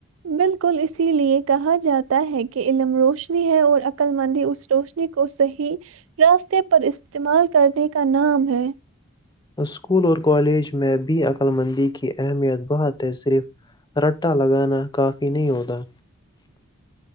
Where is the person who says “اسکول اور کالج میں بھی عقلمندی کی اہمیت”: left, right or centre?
Left